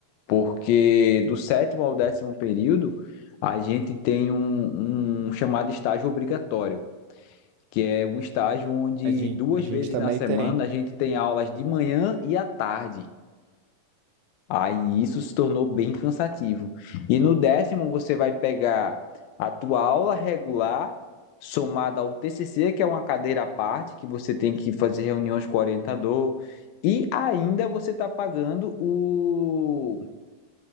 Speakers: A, on the left (about 80°); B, on the right (about 80°).
A: Porque do sétimo ao décimo período, a gente tem um um chamado estágio obrigatório que é um estágio onde
B: A gente,
A: duas
B: a gente
A: vezes
B: também
A: na semana
B: tem,
A: a gente tem aulas de manhã e à tarde. Aí isso se tornou bem cansativo. E no décimo você vai pegar a tua aula regular somada ao TCC, que é uma cadeira à parte, que você tem que fazer reuniões com o orientador, e ainda você está pagando o,